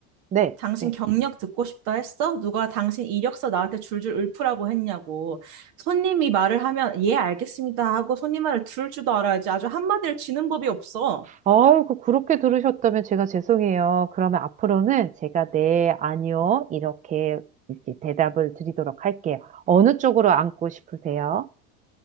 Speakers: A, on the right; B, on the right.
A: 네,
B: 당신
A: 네.
B: 경력 듣고 싶다 했어? 누가 당신 이력서 나한테 줄줄 읊으라고 했냐고. 손님이 말을 하면, 예, 알겠습니다 하고 손님 말을 들을 줄도 알아야지. 아주 한마디를 치는 법이 없어.
A: 아이고, 그렇게 들으셨다면 제가 죄송해요. 그러면 앞으로는 제가 네, 아니요, 이렇게, 이렇게 대답을 드리도록 할게요. 어느 쪽으로 앉고 싶으세요?